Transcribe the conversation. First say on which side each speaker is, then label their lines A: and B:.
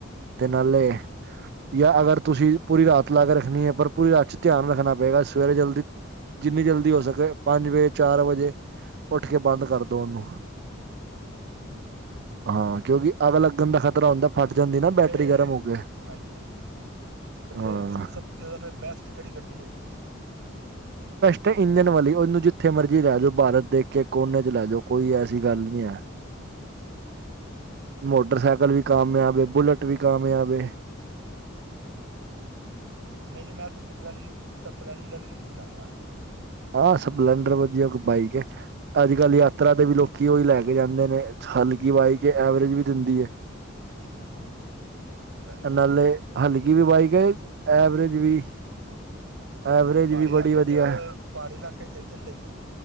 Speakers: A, on the right; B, on the right.
A: ਤੇ ਨਾਲੇ ਯਾ ਅਗਰ ਤੁਸੀਂ ਪੂਰੀ ਰਾਤ ਲਾ ਕੇ ਰੱਖਣੀ ਹੈ ਪਰ ਪੂਰੀ ਰਾਤ ਚ ਧਿਆਨ ਰੱਖਣਾ ਪਏਗਾ ਸਵੇਰੇ ਜਲਦੀ ਜਿੰਨੀ ਜਲਦੀ ਹੋ ਸਕੇ ਪੰਜ ਵਜੇ, ਚਾਰ ਵਜੇ ਉੱਠ ਕੇ ਬੰਦ ਕਰਦੋ ਉਹਨੂੰ।
B: ਹੂੰ
A: ਹਾਂ ਕਿਉਂਕਿ ਅੱਗ ਲੱਗਣ ਦਾ ਖ਼ਤਰਾ ਹੁੰਦਾ ਫਟ ਜਾਂਦੀ ਨਾ
B: ਤੇ
A: ਬੈਟਰੀ ਗਰਮ ਹੋ ਕੇ।
B: ਹਾਂਜੀ ਹਾਂਜੀ ਤੇ
A: ਹਾਂ
B: ਫੇਰ ਸਬ ਤੋਂ ਜਾਦਾ ਫੇਰ ਬੈਸਟ ਕਿਹੜੀ ਗੱਡੀ ਹੈਗੀ।
A: ਤੇ ਇੰਜਨ ਵਾਲੀ ਉਹਨੂੰ ਜਿੱਥੇ ਮਰਜ਼ੀ ਲੈ ਜਾਓ ਭਾਰਤ ਦੇਖ ਕੇ ਕੋਨੇ ਚ ਲੈ ਜਾਓ ਕੋਈ ਐਸੀ ਗੱਲ ਨੀ ਹੈ। ਹ।
B: ਹਮ।
A: ਮੋਟਰਸਾਈਕਲ ਵੀ ਕਾਮਯਾਬ ਏ, ਬੁਲੇਟ ਵੀ ਕਾਮਯਾਬ ਏ।
B: ਨਹੀਂ ਜੀ ਮੈਂ ਤੇ ਸਪਲੈਂ ਸਪਲੈਂਡਰ ਹੀ ਲਾਂਗਾ।
A: ਹਾਂ ਸਪਲੈਂਡਰ ਵਧੀਆ ਬਾਈਕ ਹੈ ਅੱਜ ਕੱਲ੍ਹ ਯਾਤਰਾ ਦੇ ਵੀ ਲੋਕ ਕਿ ਉਹੀ ਲੈ ਕੇ ਜਾਂਦੇ ਨੇ ਹਲਕੀ ਬਾਈਕ ਏ ਐਵਰੇਜ ਵੀ ਦਿੰਦੀ ਏ।
B: ਹੂੰ ਸਪਲੈਂਡਰ
A: ਨਾਲੇ ਹਲ ਵੀ ਬਾਈਕ ਹੈ ਐਵਰੇਜ ਵੀ ਐਵਰੇਜ
B: ਤੇ ਪਹਾੜੀ
A: ਵੀ ਬੜੀ
B: ਇਲਾਕੇ
A: ਵਧੀਆ
B: 'ਚ
A: ਹੈ
B: ਪਹਾੜੀ ਇਲਾਕੇ 'ਚ ਸਹੀ ਚੱਲੇਗੀ